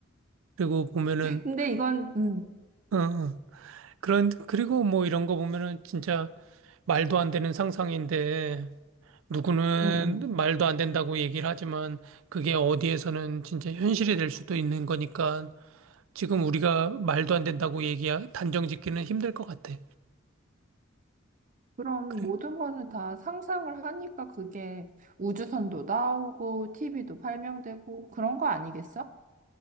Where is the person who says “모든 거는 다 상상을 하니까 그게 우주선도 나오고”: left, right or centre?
Right